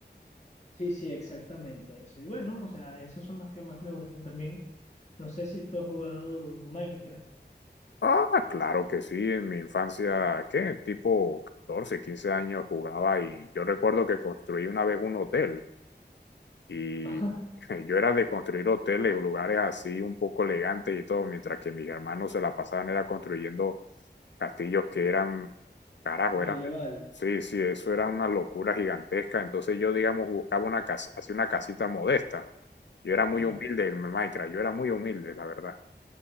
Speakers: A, on the left; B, on the left.
A: Sí, sí, exactamente eso. Y bueno, o sea, esos son los que más me gustan también. No sé si tú has jugado Minecraft.
B: Ah, claro que sí, en mi infancia, ¿qué? Tipo 14 15 años jugaba y yo recuerdo que construí una vez un hotel Y
A: <laughs> Ajá,
B: <laughs> yo era de construir hoteles, lugares así un poco elegantes y todo, mientras que mis hermanos se la pasaban era construyendo castillos que eran, carajo,
A: medievales.
B: eran, sí, sí, eso era una locura gigantesca. Entonces yo, digamos, buscaba una casa, así una casita modesta. Yo era muy
A: Ajá.
B: humilde en Minecraft, yo era muy humilde, la verdad.